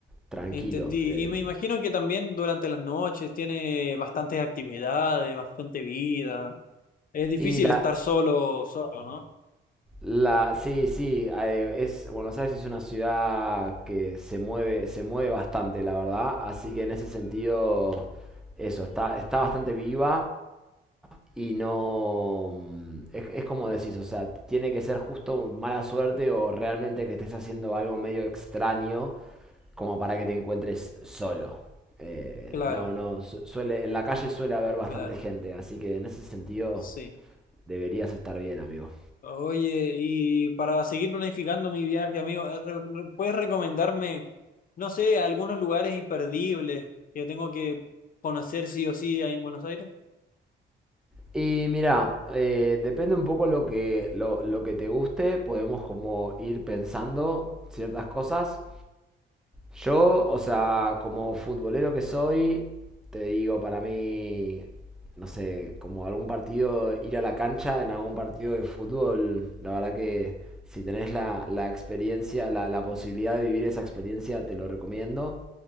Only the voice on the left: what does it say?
Entendí.
Y me imagino que también durante las noches tiene bastantes actividades, bastante vida. Es difícil
estar solo, solo, ¿no?
Claro,
claro,
sí.
Oye, y para seguir planificando mi viaje, amigo, eh, re- re- ¿puedes recomendarme, no sé, algunos lugares imperdibles que tengo que conocer sí o sí ahí en Buenos Aires?